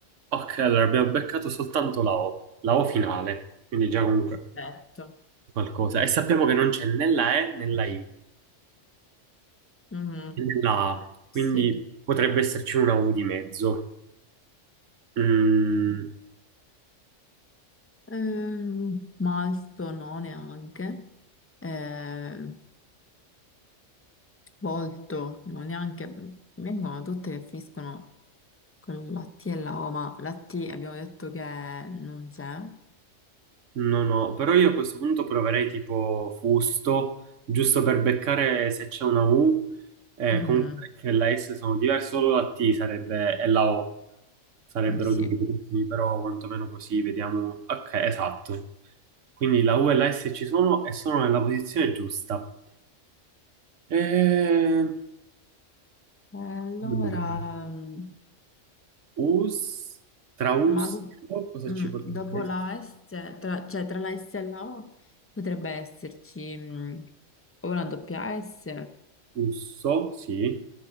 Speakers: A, on the right (about 75°); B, on the left (about 20°).
A: Ok, allora abbiamo beccato soltanto la O, la O finale, quindi già comunque
B: letto.
A: qualcosa. E sappiamo che non c'è né la E né la I
B: Mhm,
A: né la A, quindi
B: Sì.
A: potrebbe esserci una U di mezzo. Mm.
B: Ehm, Malto no neanche. Ehm, Molto, non neanche, vengono tutte che finiscono con la T e la O, ma la T abbiamo detto che non c'è.
A: No, no, però io a questo punto proverei tipo fusto, giusto per beccare se c'è una U, eh,
B: Mhm,
A: comunque la F e la S sono diverse, solo la T sarebbe, e la O sarebbero
B: mm, Sì.
A: due
B: E
A: gruppi, però quantomeno così vediamo. Ok, esatto. Quindi la U e la S ci sono e sono nella posizione giusta. Eh,
B: allora,
A: allora,
B: mm,
A: us, tra us,
B: ma do-
A: cosa
B: mm,
A: ci potrebbe
B: dopo
A: essere?
B: la S, tra, cioè tra la S e la O potrebbe esserci mm, o una doppia S,
A: Usso, sì,